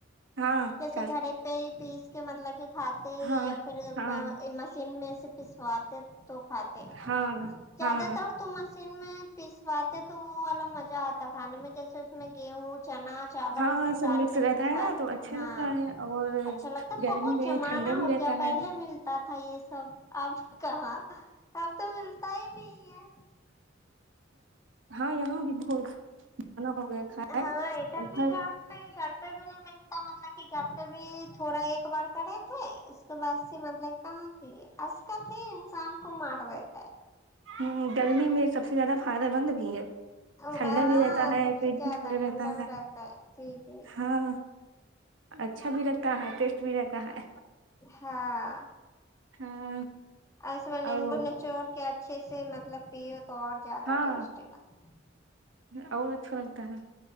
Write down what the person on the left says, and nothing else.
جیسے
گھڑے پہ ہی پیس کے مطلب کہ کھاتے
یا پھر
مشین میں سے پسواتے تو کھاتے
زیادہ
تر تو مشین میں پسواتے تو وہ والا مزہ آتا کھانے میں جیسے اس میں گیہوں چنا چاول
یہ سب ڈال
کر جو
پسواتا
تو
ہاں
اچھا لگتا
بہت
زمانہ
ہو
گیا پہلے
ملتا تھا تھا یہ سب اب کہاں آپ تو ملتا ہی نہیں ہے
ہاں
ادھر
بھی
پہ گھر پہ بھی نہیں ملتا مطلب گھر میں بھی تھوڑا ایک بار کڑے تھے اس <inaudible> صباح سے مطلب کہاں جی <unintelligible> عسکت ہی انسان کو مار <inaudible> سبت ہے <inaudible>
ہے
وہاں
سب
سے زیادہ
میں
رہتا ہے جی جی
ہاں
اس میں نمبو
نچوڑ کے اچھے سے مطلب پی تو اور زیادہ
ٹیسٹی بنتا